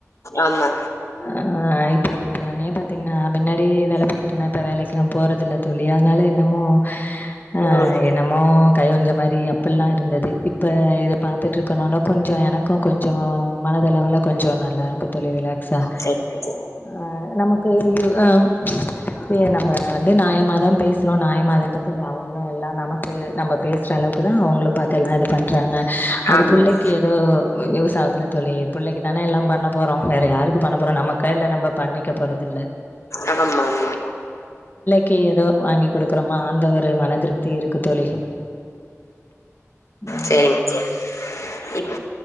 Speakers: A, on the left; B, on the left.
A: ஆமா
B: ஆ இப்பய் ப்ப என்னையே பாத்தீங் நான் மின்னாடி வேல பாத்துட்டுருந்நே இப்ப வேலைக்கலா போறதில்ல தோழி அதுனால என்னமோ ஆ
A: ம்
B: என்னமோ கை ஒஞ்ச மாரி அப்புல்லா இருந்துது இப்ப இத பாத்துட்ருக்கணுன்னா கொஞ்சோ எனக்கும் கொஞ்சோம் மனதளவுல கொஞ்சோ நல்லா க்கு தோழி ரிலாக் ஸா
A: சரி சரி
B: அ நமக்கு யூ ஆ ம் ப்பயே நம்ப வந்து நாய மாத் தா பேச னோ நாயாயமா தான தோழி அவங்களும் எல்லா நமக்கு நம்ப பேசுற அளவுக்கு தா அவங்களும் பாத் இதெல்லா இது பண்றாங்க அது
A: ஆமா
B: புள்ளைக்கு எதோ யூஸ் ஆதுல்ல தோழி பிள்ளைக்கு தான எல்லா பண்ண போறோ வேற யாருக்கு பண்ண போறோ நமக்கா இல்ல நம்ப பண்ணிக்க போறதில்ல
A: ஆமமா ஆமா
B: கு ஏதோ வாங்கி குடுக்கறமா அந்த ஒரு மனதிருப்தி இருக்கு தோழி ம்
A: செரிங் செரிங் இப்